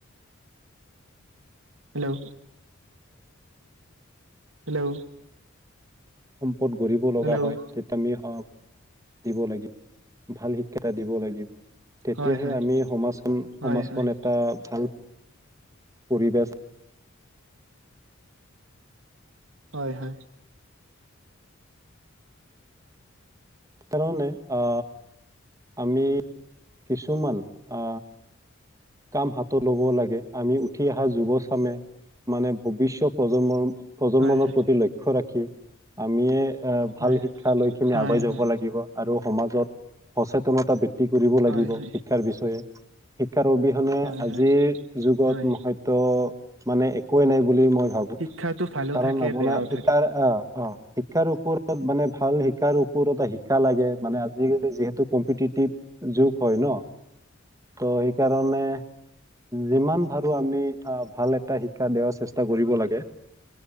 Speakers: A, on the right; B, on the right.
A: হেল্ল'। হেল্ল'।
B: সম্পদ গঢ়িব লগা
A: হেল্ল'
B: হয় তে মি স দিব লাগিব ভাল শিক্ষা এটা দিব লাগিব। তেতিয়াহে
A: হয় হয়
B: আমি সমাজখন সমাজখন
A: হয় হয়
B: এটা ভাল পৰিৱেশ
A: হয়, হয়।
B: তাৰনে আ, আমি কিছুমান আ কাম হাতত ল'ব লাগে আমি উঠি অহা যুৱচামে মানে ভৱিষ্য প্ৰজন্মৰ প্ৰজন্মনৰ
A: হয় হয়
B: প্ৰতি লক্ষ্য ৰাখি আমিয়ে অ',
A: হয়
B: ভাল শিক্ষা লৈকিনি
A: হয়
B: আগুৱাই যাব
A: হয়
B: লাগিব আৰু সমাজত সচেতনতা বি ধি কৰিব লাগিব,
A: হয় হয়
B: শিক্ষাৰ বিষয়ে শিক্ষাৰ অবিহনে
A: হয়
B: আজিৰ
A: হয়
B: যুগত
A: হয়
B: মহ ত' মানে একোৱেই নাই বুলি মই ভাবো
A: শিক্ষাটো ভালো
B: কাৰণ
A: থাকে
B: আপোনাৰ
A: বেয়াও
B: শিকাৰ
A: থাকে
B: অ', অ', শিক্ষাৰ ওপৰত মানে ভাল শিকাৰ ওপৰত এটা শিকা লাগে মানে আজিকালি যিহেত টো কম্পিটিটিভ যুগ হয় ন' ত' সেইকাৰণে যিমান ভাৰো আমি ভাল এটা শিক্ষা দিয়াৰ চেষ্টা কৰিব লাগে।